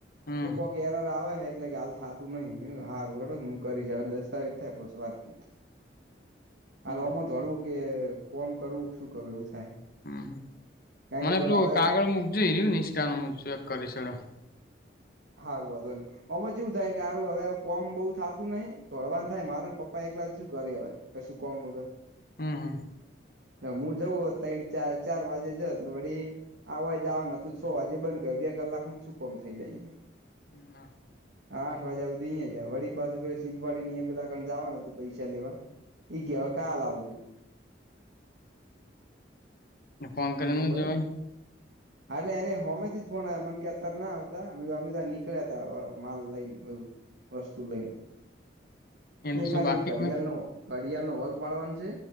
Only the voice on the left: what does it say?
હમ
<inaudible>
બર
હમ
મને
પલું કાગળ મૂકજે <unintelligible> નિષ્ઠાનું હું ચેક કરીશ હેડો
હમ હમ
હમ ના
<inaudible> ફોન
કરીને
જવાય
એમ
શું
બાકી
હોય?